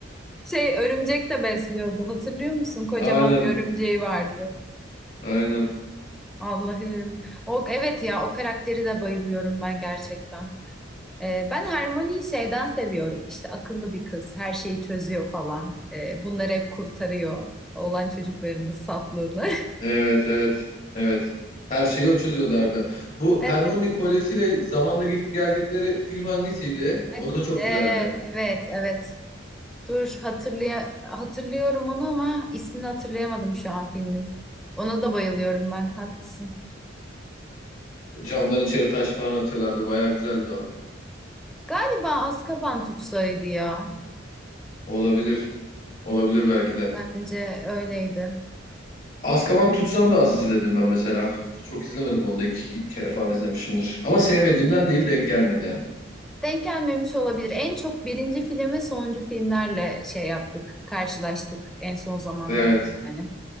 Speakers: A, in the centre; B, on the left.
A: Şey örümcek de besliyordu. Hatırlıyor musun? Kocaman
B: Aynen,
A: bir örümceği vardı.
B: aynen.
A: Allah'ım. O, evet ya o karakteri de bayılıyorum ben gerçekten. Ee, ben Hermione'yi şeyden seviyorum. İşte akıllı bir kız. Her şeyi çözüyor falan. Ee, bunları hep kurtarıyor. Oğlan çocuklarının saflığını. <laughs>
B: Evet, evet, evet. Her şeyi o çözüyordu harbiden. Bu
A: Evet.
B: Hermione kolyesiyle zamanda gidip geldikleri film hangisiydi? O
A: E-
B: da çok
A: ee,
B: güzeldi.
A: evet, evet. Dur hatırlaya hatırlıyorum onu ama ismini hatırlayamadım şu an filmin. Ona da bayılıyorum ben. Haklısın.
B: Camdan içeri taş falan atıyorlardı. Baya güzeldi o.
A: Galiba Azkaban tutsaydı ya.
B: Olabilir. Olabilir belki de.
A: Bence öyleydi.
B: Azkaban Tutsan da az izledim ben mesela. Çok izlemedim onu da iki kere falan izlemişimdir. Ama sevmediğimden değil denk gelmedi yani.
A: Denk gelmemiş olabilir. En çok birinci film ve sonuncu filmlerle şey yaptık, karşılaştık en son zamanlarda
B: Evet.
A: yani.